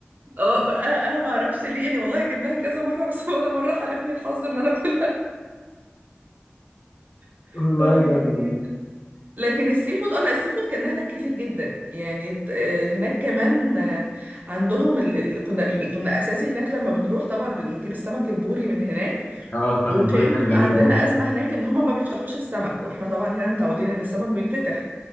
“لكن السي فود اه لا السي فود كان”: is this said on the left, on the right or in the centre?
Right